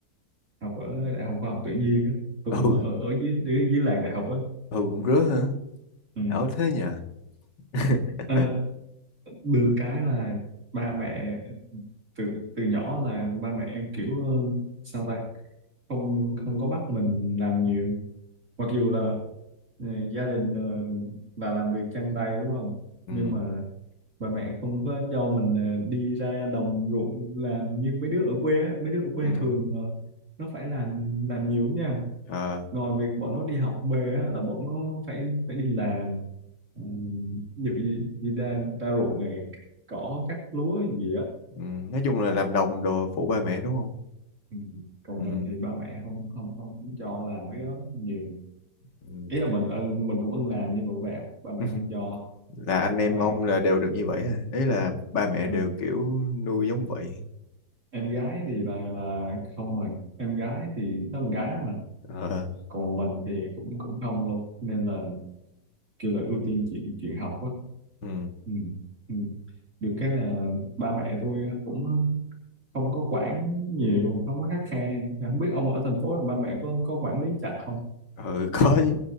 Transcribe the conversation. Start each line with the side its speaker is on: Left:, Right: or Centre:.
Right: học ở đại học khoa học tự nhiên á tôi
Left: <laughs>
Right: cũng
Left: ừ
Right: ở ở dưới dưới, dưới làng đại học á
Left: ừ cũng rứa hả
Right: ừ.
Left: ở thế nhỉ <laughs>
Right: Ờ, được cái là ba mẹ từ từ nhỏ là ba mẹ kiểu ờ, sao ta không không có bắt mình làm nhiều mặc dù là Này, gia đình ờ, là làm việc chân tay đúng không?
Left: ừ
Right: Nhưng mà bà mẹ không có cho mình ờ, đi ra đồng ruộng làm như mấy đứa ở quê á. Mấy đứa ở quê
Left: ừ
Right: thường ờ, nó phải làm làm nhiều nha.
Left: à
Right: Ngoài việc bọn nó đi học về á, là bọn nó phải phải đi làm uh, ví dụ như đi ra, ra ruộng này cỏ cắt lúa gì á.
Left: ừ. nói chung là làm đồng
Right: Ừ,
Left: đồ phụ ba mẹ đúng không
Right: ừ. Còn
Left: ừ
Right: mình thì ba mẹ không không không cho làm mấy cái đó nhiều.
Left: ừ
Right: Ý là mình ưng- mình cũng ưng làm nhưng mà ba mẹ ba mẹ
Left: <laughs>
Right: không cho
Left: là anh em
Right: ba mẹ
Left: ông là
Right: kêu
Left: đều được như vậy hả đấy là ba mẹ
Right: ừ.
Left: đều kiểu nuôi giống vậy
Right: em gái thì là là không rồi em gái thì nó con gái mà
Left: ờ
Right: còn mình thì cũng cũng không luôn nên là kêu là ưu tiên chuyện chuyện học á
Left: ừ
Right: ừ. Ừ. được cái là ba mẹ tôi cũng không có quản nhiều không có khắt khe không biết ông ở thành phố là ba mẹ có có quản lý chặt không
Left: ừ có ấy